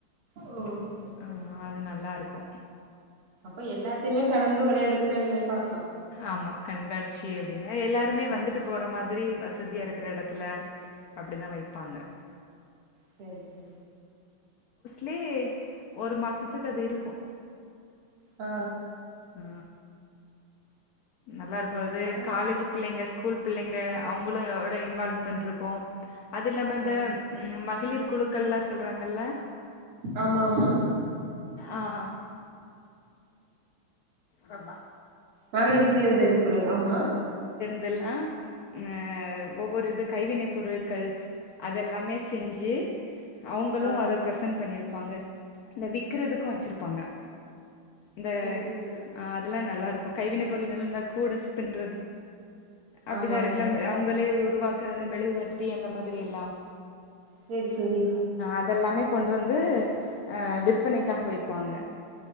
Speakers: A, on the right (about 85°); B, on the left (about 80°).
A: ஓ சரி சரி
B: ஆ அது நல்லாருக்கு
A: இப்ப எல்லாத்தையுமே கலந்து ஒரே எடத்துல நீங்க பாக்கலா
B: ஆமா கண்காட்சி அப்டினு எல்லாருமே வந்துட்டு போற மாதிரி வசதியா இருக்கற எடத்துல அப்டிதா வைப்பாங்க
A: சேரி <inaudible>
B: லி ஒரு மாசத்துக்கு அது இருக்கு
A: ஆ
B: ஆ நல்லாருக்கு அது
A: நாங்
B: காலேஜ் புள்ளைங்க ஸ்கூல் புள்ளைங்க அவங்களோட இன்வால்வ்மென்ட் இருக்கு அது இல்லாம இந்த
A: ஆ
B: ஆ மகளிர் குழுக்கள் லா சொல்றாங்கல்ல
A: ஆமா ஆமா
B: ஆ ஆ ரொம்ப
A: மகளிர் சுய உதவி குழு ஆமா
B: அதெல்லா ஆ ஒவ்வொரு இது கைவினை பொருட்கள் அதெல்லாமே செஞ்சு அவங்களு
A: ஆ
B: அத பிரசென்ட் பண்ணிரு ருப்பாங்க இந்த விக்கறதுக்கு வச்சிருப்பாங்க இந்த
A: சேரி சேரி
B: அதெல்லா நல்லாருக்கு கைவினை பொருள்கள் இந்த <unintelligible> அப்டிதா
A: ஆமா
B: இருக்கல
A: ஆமா
B: அவங்களே ஒரு <unintelligible> இருள மெழுகுவர்த்தி அந்த மாதிரி எல்லாம்
A: சேரி சேரி
B: அதெல்லாமே கொண்டு வந்து விற்பனைக்காக வைப்பாங்க